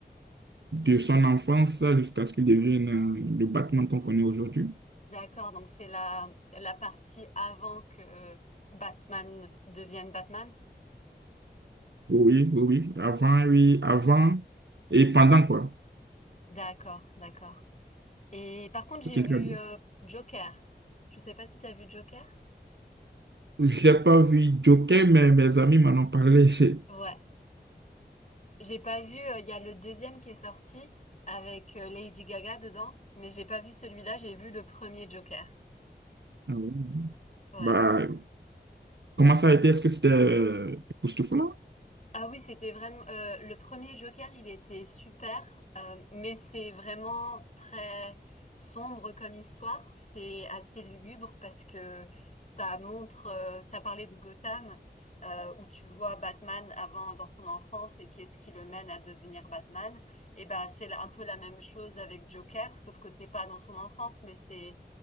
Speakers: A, on the right; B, on the left.
A: de son enfance jusqu'à ce qu'il devienne euh, le Batman qu'on connaît aujourd'hui.
B: D'accord, donc c'est la, la partie avant que Batman devienne Batman.
A: Oui, oui, oui. Avant, oui, avant et pendant, quoi.
B: D'accord, d'accord. Et par contre,
A: C'est
B: j'ai
A: une
B: vu
A: très bonne.
B: euh, Joker. Je sais pas si t'as vu Joker?
A: J'ai pas vu Joker, mais mes amis m'en ont parlé. <laughs>
B: Ouais. J'ai pas vu, euh, il y a le deuxième qui est sorti avec euh, Lady Gaga dedans, mais j'ai pas vu celui-là, j'ai vu le premier Joker.
A: Ah ouais.
B: Ouais.
A: Bah, Comment ça a été? Est-ce que c'était euh, époustouflant?
B: Ah oui, c'était vraiment euh, le premier Joker, il était super, euh, mais c'est vraiment très sombre comme histoire. C'est assez lugubre parce que ça montre. euh, t'as parlé de Gotham, euh, où tu vois Batman avant dans son enfance et qu'est-ce qui le mène à devenir Batman. Et ben c'est un peu la même chose avec Joker, sauf que c'est pas dans son enfance, mais c'est